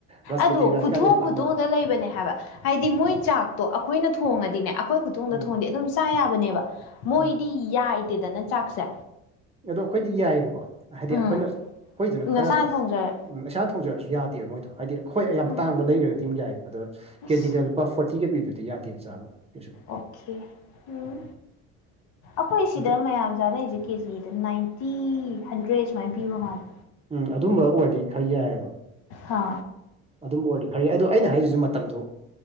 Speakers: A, on the right (about 15°); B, on the left (about 65°).
A: ꯕꯥꯁꯄꯇꯤ
B: ꯑꯗꯣ
A: ꯔꯥꯏꯁ
B: ꯈꯨꯊꯣꯡ
A: ꯀꯥꯗꯤ ꯇꯥꯡꯃꯜꯂꯦ
B: ꯈꯨꯊꯣꯡꯗ ꯂꯩꯕꯅꯦ ꯍꯥꯏꯕ ꯍꯥꯏꯗꯤ ꯃꯣꯏ
A: ꯑꯥꯎ
B: ꯆꯥꯛꯇꯣ ꯑꯈꯣꯏꯅ ꯊꯣꯡꯉꯗꯤꯅꯦ ꯑꯈꯣꯏ ꯈꯨꯊꯣꯡꯗ
A: ꯎꯝ
B: ꯊꯣꯡꯉꯗꯤ ꯑꯗꯨꯝ ꯆꯥ ꯌꯥꯕꯅꯦꯕ ꯃꯣꯏꯗꯤ
A: ꯎꯝ
B: ꯌꯥꯏ ꯗꯦꯗꯅ ꯆꯥꯛꯁꯦ
A: ꯑꯗꯣ ꯑꯈꯣꯏꯗꯤ ꯌꯥꯏꯌꯦꯕꯀꯣ ꯍꯥꯏꯗꯤ
B: ꯎꯝ
A: ꯑꯈꯣꯏꯅ ꯑꯈꯣꯏꯗꯨꯅ ꯈꯔ
B: ꯅꯁꯥꯅ ꯊꯣꯡꯖꯔ
A: ꯎꯝ ꯏꯁꯥꯅ ꯊꯣꯡꯖꯔꯁꯨ ꯌꯥꯗꯦꯕ ꯃꯣꯏꯗꯣ ꯍꯥꯏꯗꯤ ꯍꯣꯏ ꯌꯥꯝ
B: ꯎꯝ
A: ꯇꯥꯡꯕ ꯂꯩꯒ꯭ꯔꯗꯤ ꯑꯃꯨꯛ ꯌꯥꯏ ꯑꯗꯣ
B: ꯑꯁ
A: ꯀꯦꯖꯤꯗ ꯂꯨꯄꯥ ꯐꯣꯔꯇꯤꯒ ꯄꯤꯕꯗꯨꯗꯤ ꯌꯥꯗꯦꯕ ꯆꯥꯕ ꯀꯩꯁꯨ
B: ꯑꯣꯈꯦ ꯎꯝ ꯑꯈꯣꯏ ꯁꯤꯗ
A: ꯑꯗ
B: ꯃꯌꯥꯝ ꯆꯥꯅꯩꯖꯤ ꯀꯦꯖꯤꯗ ꯅꯥꯏꯟꯇꯤ ꯍꯟꯗ꯭ꯔꯦꯗ ꯁꯨꯃꯥꯏꯅ ꯄꯤꯕ ꯃꯥꯜꯂꯦ
A: ꯎꯝ ꯑꯗꯨꯝꯕ ꯑꯣꯏꯔꯗꯤ ꯈꯔ ꯌꯥꯏꯌꯦꯕ
B: ꯍꯥ
A: ꯑꯗꯨꯝꯕ ꯑꯣꯏꯔꯗꯤ ꯈꯔ ꯌꯥꯏ ꯑꯗꯣ ꯑꯩꯅ ꯍꯥꯏꯖꯤꯖꯨ ꯃꯇꯝꯗꯨ